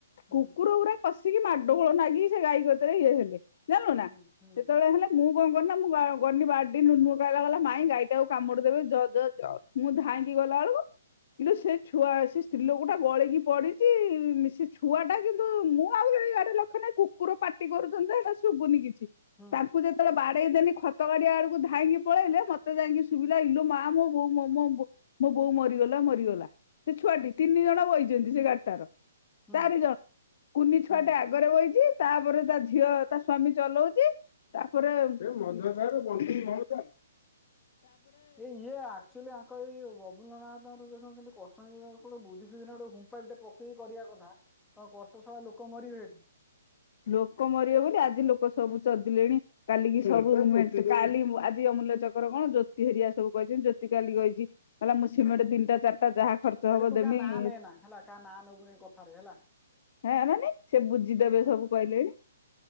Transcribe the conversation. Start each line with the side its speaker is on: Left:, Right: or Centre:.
Centre: ହୁଁ
Left: କୁକୁର ପୁରା ପସିକି ମାଡଗୋଳ ନାଗିକି ସେ ଗାଈ ଗୋତରେ ଇଏ ହେଲେ। ଜାଣିଲୁ ନା
Centre: ହୁଁ ହୁଁ
Left: ସେତେବେଳେ ହେଲେ ମୁଁ କଣ କଲି ନାଁ ମୁଁ ଗଣଇ ବାରଡି ଗଲା ମାଇଁ ଗାଇ ଆଉ କାମୁଡି ଦେବେ ଜ ଜ ଜ ମୁଁ ଧାଇଁକି ଗଲା ବେଳକୁ କିନ୍ତୁ ସେ ଛୁଆ ସେ ସ୍ତ୍ରୀଲୋକ ଟା ଗଳେଇକି ପଡିଛି ସେ ଛୁଆ ଟା କିନ୍ତୁ ମୁଁ ଆଉ ଇଆଡେ ଲଖ୍ୟ ନାହିଁ କୁକୁର ପାଟି କରୁଛନ୍ତି ଯେଇଟା ଶୁଭୁନି କିଛି।
Centre: ହୁଁ
Left: ତାଙ୍କୁ ଯେତେବେଳେ ବାଡେଇ ଦେଲି ଖତ ଗାଡିଆ ଆଡକୁ ଧାଇଁକି ପଳେଇଲେ ମତେ ସୁବିଲା ହେଇଲୁ ମା ମୋ ବୋଉ ମୋ ମୋ ବୋଉ ମରିଗଲା ମରିଗଲା। ସେ ଛୁଆଟି ତିନି ଜଣ ବହିଛନ୍ତି ସେ ଗାଟାର।
Centre: ହୁଁ
Left: ଚାରି ଜଣ କୁନି ଛୁଆଟେ
Centre: ହୁଁ।
Left: ଆଗରେ ବଇଛି। ତାପରେ ତା ଝିଅ ତା ସ୍ଵାମୀ ଚଲଉଛି। ତାପରେ ମ <inaudible>
Centre: ଏଇ ଇଏ ଆକ୍ଚୁଆଲି ଆଙ୍କ ଏଇ ବବୁଲ ନାଥଙ୍କର ଦେଖ କରଚଟ ବୁଧି ସୁ ଗୋଟେ ଗୁମ୍ପା ବିଟେ ପକେଇକି କରିବା କଥା ତ କରଚ ସଳା ଲୋକ ମରିବେ ଏଠି।
Left: ଲୋକ ମରିବ ବୋଲି ଆଜି ଲୋକ ସବୁ ଚଦିଲେଣି କାଲିକି ସବୁ କାଲି ଆଜି ଚକ୍ର କଣ ଜୋତି ହେରିଆ ସବୁ କହିଛି ଜୋତିକାଲି କହିଛିହଲେ ମୁଁ ସମେଟ ତିିଟା ଚାରିଟା ଯାହା ଖର୍ଚ୍ଚ ହବ
Centre: ଏଠି ତୁ
Left: ଦେମି
Centre: କା ନାଁ ନେ ନା ହେଲା କାହା ନାଁ ନବୁନି କଥାରେ ହେଲା।
Left: ହଁ ମାନେ ସେ ବୁଝିଦେବେ
Centre: ହଁ
Left: ସବୁ। କହିଲେଣି